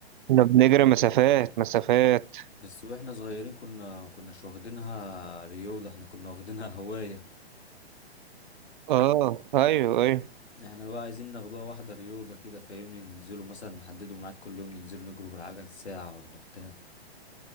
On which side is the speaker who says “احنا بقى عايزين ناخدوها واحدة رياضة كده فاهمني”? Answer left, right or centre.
Left